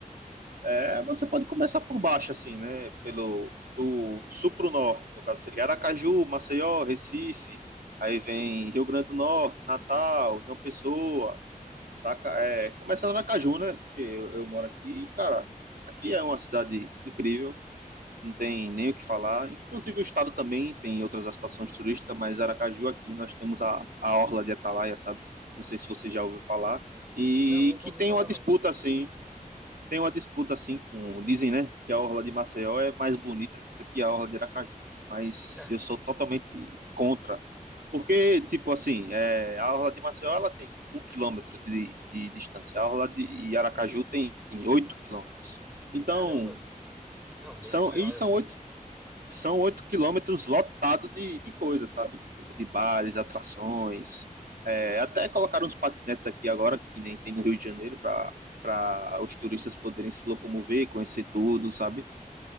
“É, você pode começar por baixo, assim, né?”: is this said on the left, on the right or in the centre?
Right